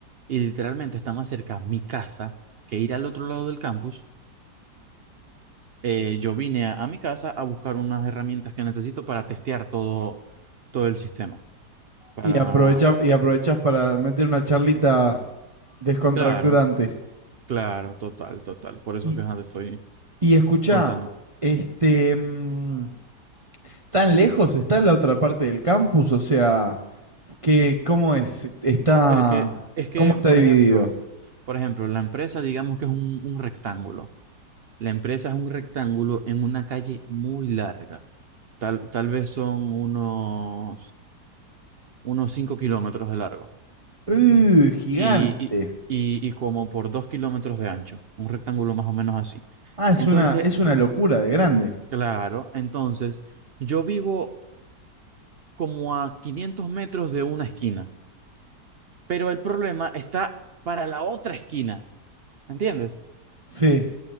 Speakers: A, on the right; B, on the right.
A: y literalmente está más cerca mi casa que ir al otro lado del campus. Eh, yo vine a, a mi casa a buscar unas herramientas que necesito para testear todo, todo el sistema. Para,
B: Y aprovechás, y aprovechás para meter una charlita descontracturante.
A: claro, claro, total, total. Por eso
B: Y,
A: es que ajá, te estoy
B: y escuchá,
A: contando.
B: este, mm, ¿tan lejos está la otra parte del campus? O sea, ¿qué, cómo es? Está,
A: Es que, es que,
B: ¿cómo está
A: por
B: dividido?
A: ejemplo, por ejemplo, la empresa, digamos que es un, un rectángulo. La empresa es un rectángulo en una calle muy larga. Tal, tal vez son unos, unos 5 kilómetros de largo.
B: Uh, gigante.
A: y, y, y y como por dos kilómetros de ancho, un rectángulo más o menos así.
B: Ah, es
A: Entonces,
B: una, es una locura de grande.
A: claro, entonces yo vivo como a 500 metros de una esquina, pero el problema está para la otra esquina, ¿entiendes?
B: Sí,